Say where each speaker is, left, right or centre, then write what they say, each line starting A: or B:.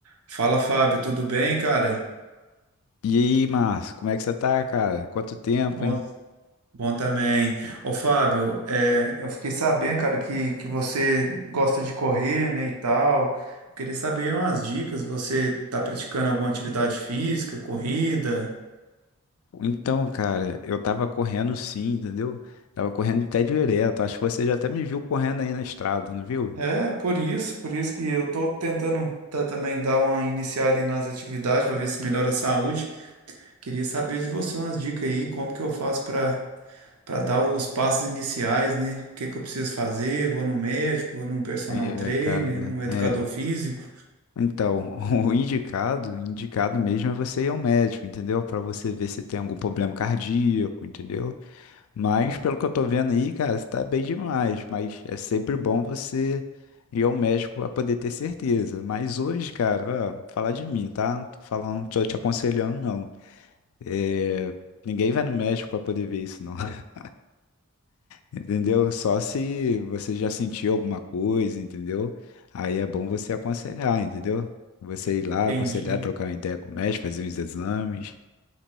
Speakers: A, on the right (about 85°); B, on the left (about 70°).
A: Fala, Fábio, tudo bem, cara?
B: E aí, Márcio, como é que você tá, cara? Quanto tempo,
A: Bom,
B: hein?
A: bom também. Ô, Fábio, é, eu fiquei sabendo, cara, que, que você gosta de correr, né, e tal. Eu queria saber umas dicas. Você tá praticando alguma atividade física, corrida?
B: Então, cara, eu tava correndo sim, entendeu? Tava correndo até direto. Acho que você já até me viu correndo aí na estrada, não viu?
A: É, por isso, por isso que eu tô tentando ta- também dar uma iniciada aí nas atividades para ver se melhora a saúde. Queria saber de você umas dicas aí, como que eu faço para para dar os passos iniciais, né? O que que eu preciso fazer? Vou no médico, vou num personal
B: É,
A: trainer,
B: cara,
A: num educador
B: é.
A: físico.
B: Então, <laughs> o indicado, indicado mesmo é você ir ao médico, entendeu? Pra você ver se tem algum problema cardíaco, entendeu? Mas pelo que eu tô vendo aí, cara, você tá bem demais. Mas é sempre bom você ir ao médico pra poder ter certeza. Mas hoje, cara, ó, falar de mim, tá? Não tô falando, tô te aconselhando, não. É, ninguém vai no médico pra poder ver isso, não. <laughs> Entendeu? Só se você já sentiu alguma coisa, entendeu? Aí é bom você aconselhar, entendeu? Você ir lá,
A: Entendi.
B: aconselhar, trocar uma ideia com o médico, fazer uns exames.